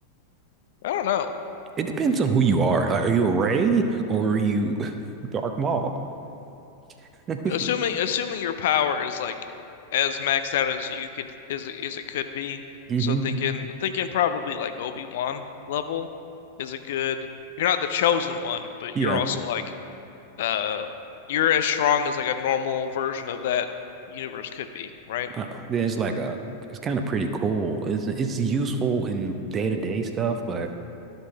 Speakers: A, on the left (about 55°); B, on the right (about 25°).
A: I don't know.
B: It depends on who you are. Like, are you a Rey or are you <laughs> Dark Maul? <laughs>
A: Assuming assuming your power is like as maxed out as you could is is it could be.
B: hmm
A: So thinking thinking probably like Obi-Wan level is a good. You're not the chosen one, but
B: Yeah.
A: you're also like uh you're as strong as like a normal version of that universe could be, right?
B: Uh, then it's like a, it's kind of pretty cool. It's it's useful in day-to-day stuff, but